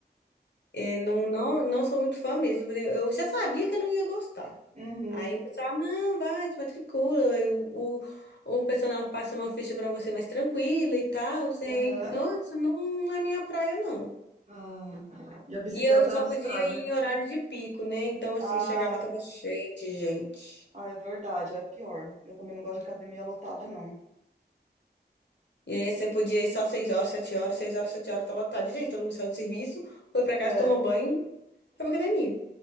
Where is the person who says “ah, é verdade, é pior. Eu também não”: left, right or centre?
Right